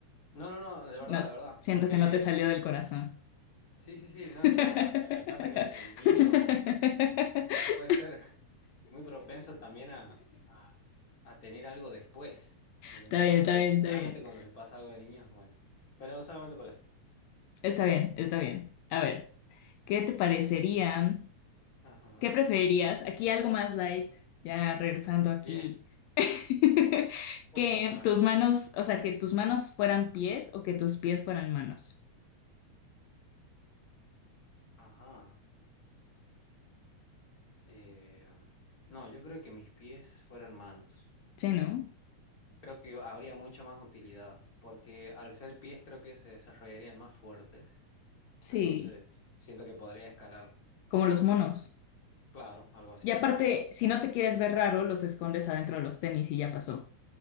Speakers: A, on the left; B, on the left.
A: No, no, no, de verdad,
B: No,
A: de verdad.
B: siento
A: Porque,
B: que no te salió del corazón.
A: sí, sí, sí, no, en
B: <laughs>
A: serio. Eh, pasa que el, el niño puede ser <laughs> muy propenso también a, a, a tener algo después, ¿entendés?
B: Está bien,
A: Porque
B: está bien, está
A: realmente
B: bien.
A: cuando les pasa algo de niños, bueno. Pero solamente por eso.
B: Está bien, está bien. A ver, ¿qué te parecerían?
A: Ajá.
B: ¿Qué preferirías? Aquí algo más light, ya regresando aquí.
A: Bien, <laughs>
B: <laughs>
A: un poco
B: Que
A: más.
B: tus manos, o sea, que tus manos fueran pies o que tus pies fueran manos.
A: Ajá. Eh, no, yo creo que mis pies fueran manos.
B: Sí, ¿no?
A: Creo que habría mucho más utilidad, porque al ser pies creo que se desarrollarían más fuertes,
B: Sí,
A: entonces siento que podría escalar,
B: Como los monos.
A: claro, algo así.
B: Y aparte, si no te quieres ver raro, los escondes adentro de los tenis y ya pasó.